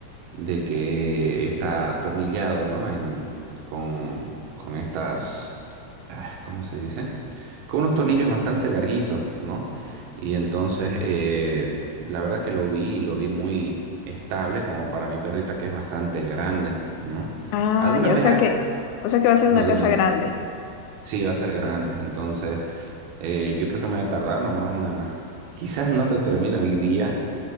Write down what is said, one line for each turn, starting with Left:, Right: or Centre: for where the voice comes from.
Right: de que está atornillado, ¿no? En, con, con estas, ah, ¿cómo se dice? Con unos tornillos bastante larguitos, ¿no? Y entonces, eh, la verdad que lo vi, y lo vi muy estable, como para mi perrita que es bastante grande, ¿no?
Left: Ah,
Right: ¿Alguna
Left: ya,
Right: vez
Left: o sea
Right: ha-
Left: que, o sea que va a ser
Right: No,
Left: una casa
Right: dime.
Left: grande.
Right: Sí, va a ser grande. Entonces, eh, yo creo que me voy a tardar nomás una... Quizás no te termino hoy día,